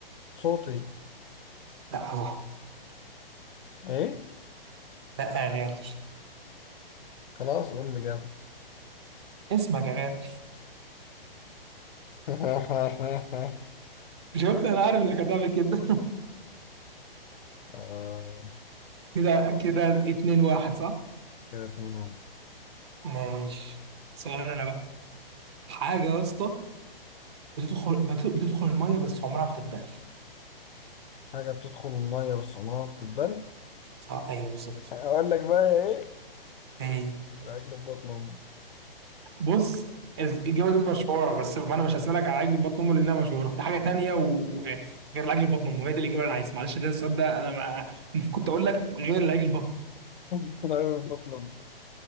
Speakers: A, on the left (about 60°); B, on the right (about 25°).
A: صوتي
B: لا صح
A: ايه
B: لا يا غالي
A: خلاص قول اللي جابه
B: اسمك يا غالي
A: <laughs>
B: شفت انا عارف انك هتعمل كده
A: آه
B: <laughs> كده كده اتنين واحد صح
A: كده اتنين واحد
B: ماشي سؤال انا بقى حاجة يا اسطى بتدخل بت- بتدخل المية بس عمرها ما تتبل
A: حاجة بتدخل المية بس عمرها ما بتتبل
B: صح ايوه بالظبط
A: أقول لك بقى يا إيه؟
B: ايه
A: العجل في بطن أمي
B: بص الإجابة دي مشهورة بس فأنا مش هسألك على عجل بطن أمه لأنها مشهورة في حاجة تانية وغير العجل بطن أمه هي دي الإجابة اللي أنا عايزها معلش ده السؤال ده أنا ما المفروض كنت أقول لك غير العجل بطن أمه
A: <laughs> العجل في بطن أمي